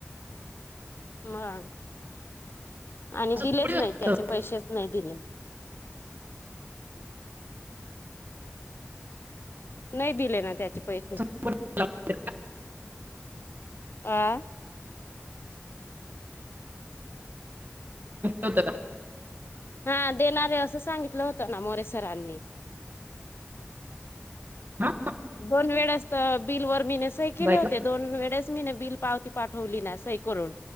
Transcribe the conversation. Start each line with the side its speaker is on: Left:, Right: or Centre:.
Left: मग.... आणि
Right: असं
Left: दिलेच
Right: थोडी
Left: नाही
Right: असतं
Left: त्याचे पैसेच नाही दिले.... नाही दिले ना त्याचे पैसे...
Right: पैसे
Left: अं....
Right: होत का?
Left: हा देणार आहे असं सांगितलं होतं ना मोरेसरांनी
Right: का हा
Left: दोन वेळ असतं बिल व मने... सही केले
Right: बाई
Left: होते दोन वेळेस मी ना बिल पावती पाठवली ना सही करून....